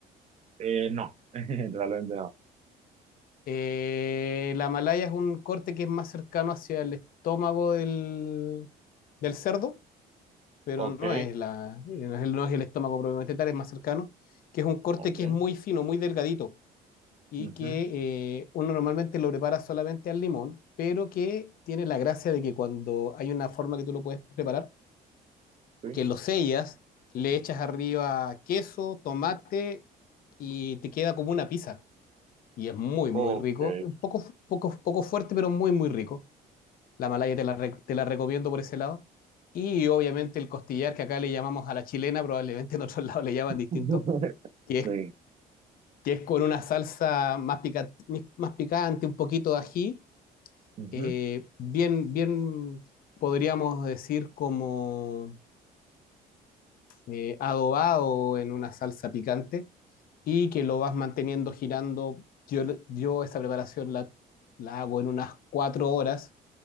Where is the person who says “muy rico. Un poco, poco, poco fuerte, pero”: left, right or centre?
Left